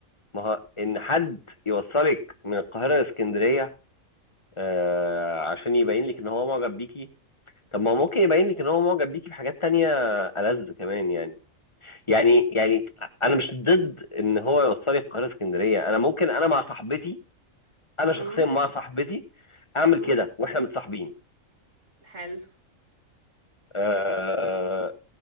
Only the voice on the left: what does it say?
ما هو ان حد يوصلك من القاهره لاسكندريه آه... عشان يبين لك ان هو معجب بيكي طب ما هو ممكن يبين لك ان هو معجب بيكي بحاجات تانية ألذ كمان يعني يعني يعني انا مش ضد ان هو يوصلي القاهره اسكندريه انا ممكن انا مع صاحبتي انا
شخصيا مع صاحبتي اعمل
كده واحنا متصاحبين
آه،